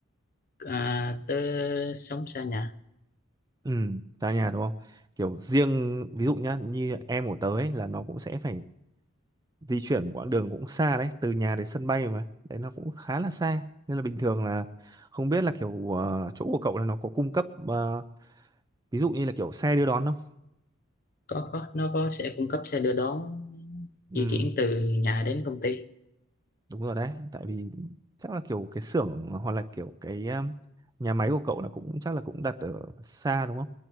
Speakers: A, on the left; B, on the right.
A: à, tới sống xa nhà
B: ừ xa nhà đúng không kiểu riêng ví dụ nhá như em của tớ ấy là nó cũng sẽ phải di chuyển một quãng đường cũng xa đấy từ nhà đến sân bay mà đấy nó cũng khá là xa nên là bình thường là không biết là kiểu ờ, chỗ của cậu là nó có cung cấp ờ, ví dụ như là kiểu xe đưa đón không
A: có có nó có sẽ cung cấp xe đưa đón
B: ừ
A: di chuyển từ nhà đến công ty
B: đúng rồi đấy tại vì chắc là kiểu cái xưởng hoặc là kiểu cái um, nhà máy của cậu là cũng chắc là cũng đặt ở xa đúng không